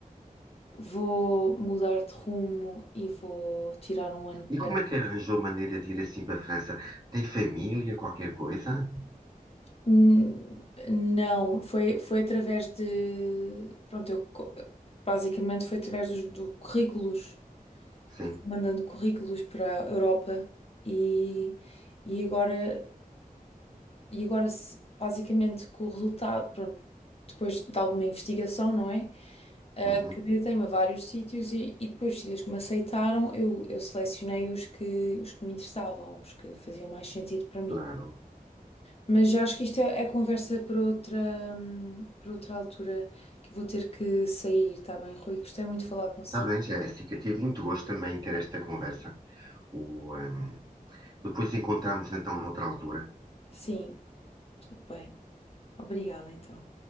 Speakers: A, on the left (about 40°); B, on the right (about 25°).
A: vou mudar de rumo e vou tirar um ano
B: E como é que arranjou maneira de ir assim para a França? Tem família, qualquer coisa?
A: N- Não, foi, foi através de. Pronto, eu co- basicamente foi através dos do currículos,
B: Sim,
A: mandando currículos para a Europa e, e agora, e agora se- basicamente com o resultado, pronto, depois de alguma investigação, não é? Ah,
B: uhum,
A: Candidatei-me a vários sítios e, e depois os sítios que me aceitaram, eu, eu selecionei os que, os que me interessavam, os que faziam mais sentido para mim.
B: claro.
A: Mas já acho que isto é, é conversa para outra, hum, para outra altura que vou ter que sair, está bem, Rui? Gostei muito de falar consigo.
B: Está bem, Jéssica, tive muito gosto também em ter esta conversa. O, ehm, Depois encontramos então noutra altura.
A: Sim, tudo bem. Obrigada, então.